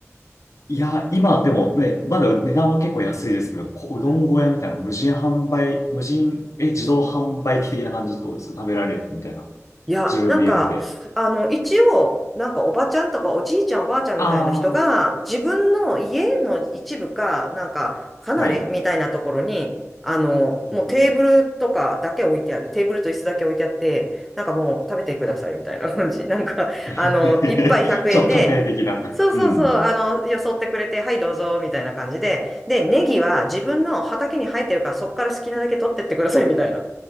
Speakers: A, on the left; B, in the centre.
A: いや、今でもね、まだ値段は結構安いですけど、こうどん小屋みたいな無人販売、
B: うん
A: 無人、え、自動販売機的な感じとですか食べられるみたいな。
B: いや、
A: 自分で茹でて。
B: なんか、あの、一応、なんかおばちゃんとかおじいちゃんおばあちゃんみたいな人が、
A: ああ、
B: 自分の家の一部か、なんか、離れみたいなところに、
A: はい。
B: あの、
A: うん
B: もうテーブルとかだけ置いてある。テーブルと椅子だけ置いてあって、なんかもう食べてくださいみたいな感じ。なんか、
A: <laughs>
B: あの、一杯100円で、
A: ちょ、家庭的な。
B: そうそうそう、
A: うん。
B: あの、よそってくれて、はいどうぞ、みたいな感じで。で、ネギは自分の畑に生えてるから、そっから好きなだけ取ってってくださいみたいな。